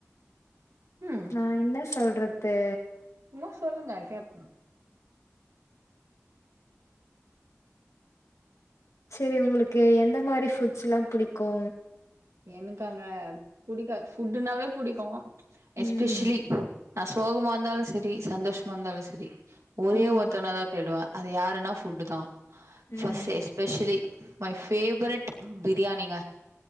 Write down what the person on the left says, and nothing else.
நா என்ன சொல்றது
செரி உங்களுக்கு எந்த மாரி ஃபுட்ஸ்லா புடிக்கு
ம்
ம்
ம்